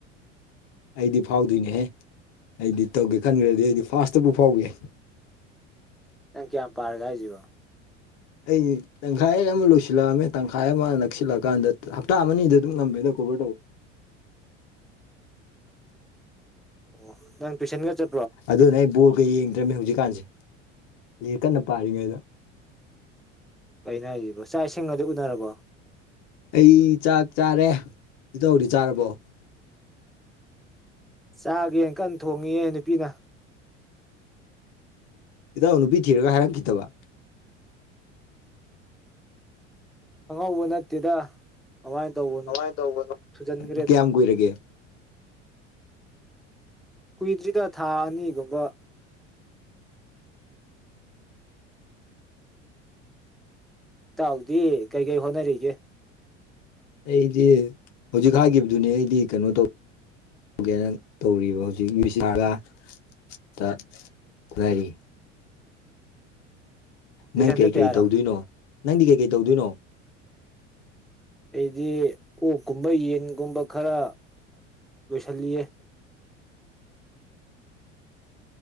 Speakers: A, on the left (about 45°); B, in the centre.
A: ꯑꯩꯗꯤ ꯐꯥꯎꯗꯣꯏꯅꯦꯍꯦ ꯑꯩꯗꯤ ꯇꯧꯒꯦ ꯈꯟꯈ꯭ꯔꯗꯤ ꯑꯩꯗꯤ ꯐꯥꯥꯁꯇꯕꯨ ꯐꯥꯎꯒꯦ <inaudible>
B: ꯑ ꯀꯌꯥ ꯄꯔꯒ ꯍꯥꯏꯖꯕ
A: ꯑꯩ ꯇꯪꯈꯥꯏ ꯑꯃ ꯂꯣꯏꯁꯤꯜꯂꯛꯑꯝꯃꯦ ꯇꯪꯈꯥꯏ ꯑꯃ ꯅꯛꯁꯤꯜꯂꯛꯑꯀꯥꯟꯗ ꯍꯞꯇꯥ ꯑꯅꯤꯗ ꯑꯗꯨꯝ ꯉꯝꯃꯦꯗꯣ ꯀꯕ ꯇꯕꯨ
B: ꯑꯣ ꯅꯪ ꯇꯌꯨꯁꯟꯒ ꯆ
A: ꯑꯗꯨꯅ ꯑꯩ ꯕꯣꯔꯒ ꯌꯦꯡꯗ꯭ꯔꯃꯦ ꯍꯧꯖꯤꯛꯀꯥꯟꯁꯦ ꯀꯟꯅ ꯄꯥꯔꯉꯩꯗ
B: ꯀꯩꯅ ꯍꯥꯏꯁꯤꯕꯣ ꯆꯥꯛ ꯏꯁꯤꯡꯒꯗꯤ ꯎꯅꯔꯕꯣ
A: ꯑꯩ ꯆꯥꯛ ꯆꯥꯔꯦ ꯏ ꯇꯧꯗꯤ ꯆꯥꯔꯕꯣ
B: ꯆꯥꯒꯦ ꯀꯟꯅ ꯊꯣꯡꯉꯌꯦꯦ ꯅꯨꯄꯤꯅ
A: ꯏꯇꯎ ꯅꯨꯨꯄꯤ ꯊꯤꯔꯒ ꯍꯥꯏꯔꯝꯈꯤꯗꯕ
B: ꯍꯪꯉꯧꯕ ꯅꯠꯇꯦꯗ ꯀꯃꯥꯏꯅ ꯇꯧꯕꯅꯣ
A: ꯀꯃꯥꯏꯅ ꯇꯧꯕꯅꯣ?
B: ꯊꯨꯖꯟꯈ꯭ꯔꯦꯗ
A: ꯀꯌꯥꯝ ꯀꯨꯏꯔꯒꯦ
B: ꯀꯨꯏꯗ꯭ꯔꯤꯗ ꯊꯥ ꯑꯅꯤꯒꯨꯝꯕ ꯇꯥꯎꯗꯤ ꯀꯩ ꯀꯩ ꯍꯣꯠꯅꯔꯤꯒꯦ
A: ꯑꯩꯗꯤ ꯍꯧꯖꯤꯛ ꯍꯥꯏꯈꯤꯕꯗꯨꯅꯦ ꯑꯩꯗꯤ ꯀꯩꯅꯣ ꯇꯧ ꯀꯦꯅ ꯇꯧꯔꯤꯕ ꯍꯧꯖꯤꯛ ꯌꯨ ꯁꯤ ꯑꯥꯔꯒ ꯇ ꯉꯔꯤ
B: ꯇꯨꯏꯁꯟ
A: ꯅꯪ ꯀꯩꯀꯩ
B: ꯆꯠꯇꯦ ꯍꯥꯏꯔꯣ
A: ꯇꯧꯗꯣꯏꯅꯣ ꯅꯪꯗꯤ ꯀꯩꯀꯩ ꯇꯧꯗꯣꯏꯅꯣ
B: ꯑꯩꯗꯤ ꯑꯣꯛꯀꯨꯝꯕ ꯌꯦꯟꯒꯨꯝꯕ ꯈꯔ ꯄꯣꯏꯁꯜꯂꯦ